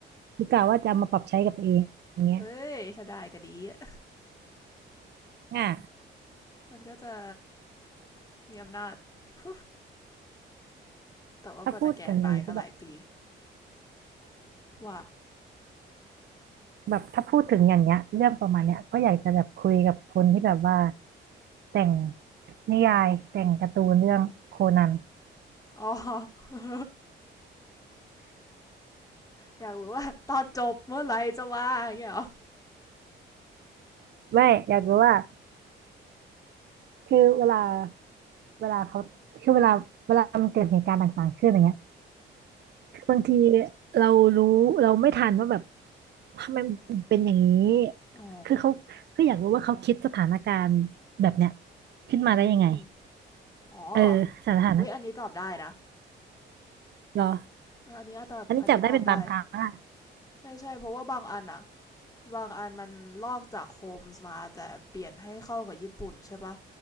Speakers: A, on the right; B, on the left.
A: คือกะว่าจะเอามาปรับใช้กับตัวเองอย่างเงี้ย
B: เอ้ยถ้าได้ก็ดีอะ
A: อ่ะ
B: มันก็จะ มีอำนาจ <laughs> แต่ว่าก็จะแก่ตายก็หลายปี
A: ถ้าพูดถึงอย่างนี้ก็แบบ
B: ว่า
A: แบบถ้าพูดถึงอย่างเงี้ยเรื่องประมาณเนี้ยก็อยากจะแบบคุยกับคนที่แบบว่าแต่งนิยายแต่งการ์ตูนเรื่องโคนัน
B: อ๋อ <laughs> อยากรู้ว่าตอนจบเมื่อไหร่จะว่าอย่างเงี้ยเหรอ
A: ไม่อยากรู้ว่าคือเวลาเวลาเขาคือเวลาเวลามันเกิดเหตุการณ์ต่างๆขึ้นอย่างเงี้ย บางทีเรารู้เราไม่ทันว่าแบบทำไมมันถึงเป็นอย่างนี้
B: อ๋อ
A: คือเขาคืออยากรู้ว่าเขาคิดสถานการณ์แบบเนี้ยขึ้นมาได้ยังไง
B: อืมอ๋อ
A: เออสถานะ
B: เว้ยอันนี้ตอบได้นะ
A: เหรอ
B: ออันนี้อาจจะอันนี้ตอบได้
A: อันนี้จับได้เป็นบางครั้งอ่ะ
B: ใช่ใช่เพราะว่าบางอันอะบางอันมันลอกจากโฮมส์มาแต่เปลี่ยนให้เข้ากับญี่ปุ่นใช่ปะ